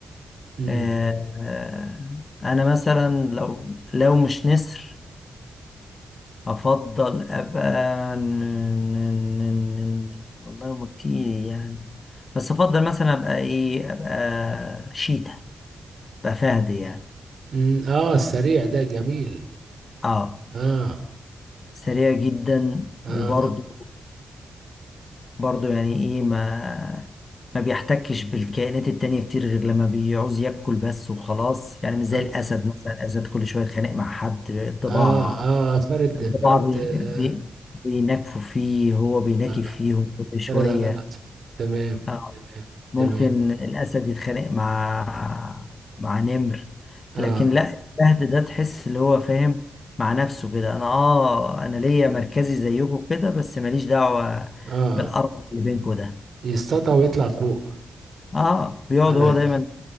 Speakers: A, on the right; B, on the left.
A: امم
B: آه أنا مثلا لو لو مش نسر أفضل أبقى ن- ن- ن- ن- ن- والله هما كتير يعني بس أفضل مثلا أبقى إيه أبقى شيتا أبقى فهد يعني
A: امم اه السريع ده جميل
B: آه
A: اه
B: سريع جدا
A: اه
B: وبرضو برضه يعني ايه ما ما بيحتكش بالكائنات التانية كتير غير لما بيعوز ياكل بس وخلاص يعني مش زي
A: اه
B: الأسد مثلا الأسد كل شوية يتخانق مع حد الضباع
A: اه, آه فرد
B: الضباع
A: فرد
B: بي...
A: آه,
B: بي... بينكفوا فيه هو بينكف
A: آه
B: فيهم كل شوية
A: فرد عضلات تمام
B: آه،
A: تمام
B: ممكن
A: تمام
B: الأسد يتخانق مع مع نمر
A: اه
B: لكن لا الفهد ده تحس اللي هو فاهم مع نفسه كده أنا آه أنا ليا مركزي زيكم كده بس ماليش دعوة
A: اه
B: بالقرف اللي بينكم ده
A: يصطاد ويطلع فوق
B: اه بيقعد
A: على
B: هو دايما